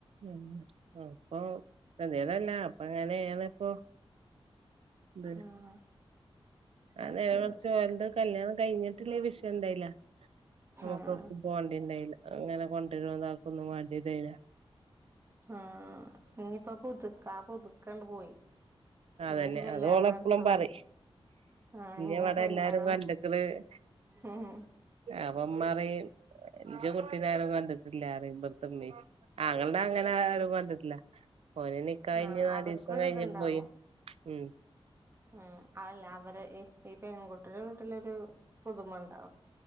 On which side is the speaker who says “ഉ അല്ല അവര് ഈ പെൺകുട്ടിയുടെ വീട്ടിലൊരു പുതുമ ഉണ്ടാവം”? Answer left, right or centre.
Right